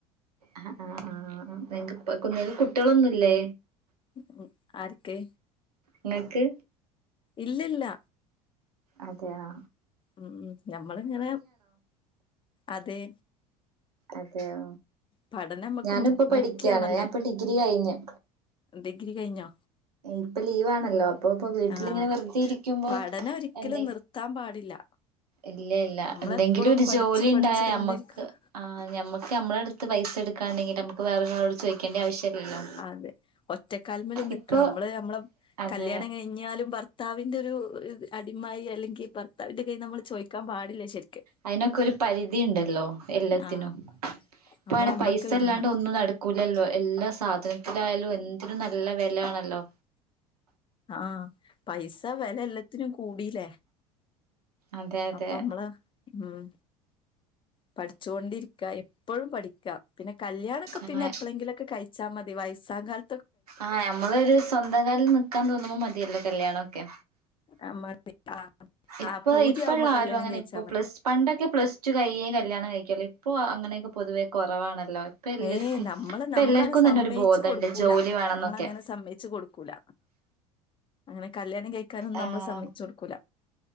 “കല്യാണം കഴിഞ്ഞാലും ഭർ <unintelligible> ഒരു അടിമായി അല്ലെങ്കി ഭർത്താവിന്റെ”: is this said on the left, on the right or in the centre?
Left